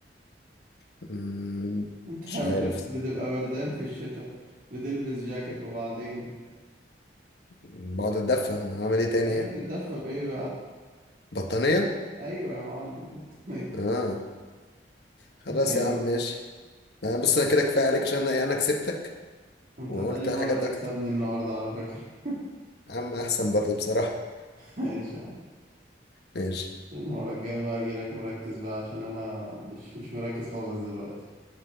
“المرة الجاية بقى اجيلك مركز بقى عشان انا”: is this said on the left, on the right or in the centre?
Right